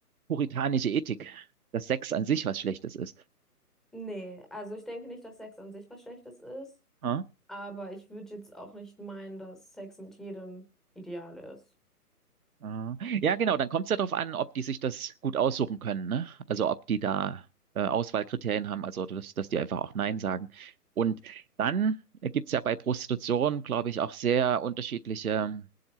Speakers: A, on the right; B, in the centre.
A: puritanische Ethik, dass Sex an sich was Schlechtes ist.
B: Nee, also ich denke nicht, dass Sex an sich was Schlechtes ist,
A: Ah,
B: aber ich würde jetzt auch nicht meinen, dass Sex mit jedem ideal ist.
A: ah. Ja, genau, dann kommt es ja darauf an, ob die sich das gut aussuchen können, ne? Also ob die da äh, Auswahlkriterien haben, also dass, dass die einfach auch Nein sagen. Und dann gibt's ja bei Prostitution, glaube ich, auch sehr unterschiedliche,